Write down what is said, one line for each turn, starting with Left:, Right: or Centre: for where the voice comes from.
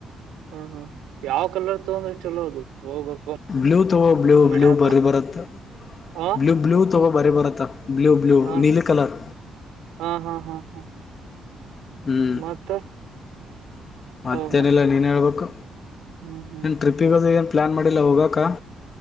Right: ಹ್ಮ ಹ್ಮ ಯಾವ್ ಕಲರ್ ತೊಂದ್ರೇ ಚಲೋ ಅದು. ತಗೋಬೇಕು
Left: ಬ್ಲೂ ತಗೊ ಬ್ಲೂ
Right: ಮನೆ
Left: ಬ್ಲೂ
Right: ಆತು
Left: ಬರಿ ಬರುತ್ತ.
Right: ಆ
Left: ಬ್ಲೂ ಬ್ಲೂ ತಗೊ ಬರಿ ಬರತ್ತ ಬ್ಲೂ ಬ್ಲೂ
Right: ಹಾ
Left: ನೀಲಿ ಕಲರ್.
Right: ಹಾ ಹಾ ಹಾ. ಹಾ
Left: ಹ್ಮ್
Right: ಮತ್ತೆ.
Left: ಮತ್ತೇನಿಲ್ಲ
Right: ಅವ
Left: ನೀನೇ ಹೇಳ್ಬೇಕು
Right: ಹ್ಮ್ ಹ್ಮ್
Left: ಏನ್
Right: ಹ್ಮ್
Left: ಟ್ರಿಪ್ಪಿಗೆೋದೇ ಏನ್ ಪ್ಲ್ಯಾನ್ ಮಾಡಿಲ್ಲ ಹೋಗಾಕ್ಕ.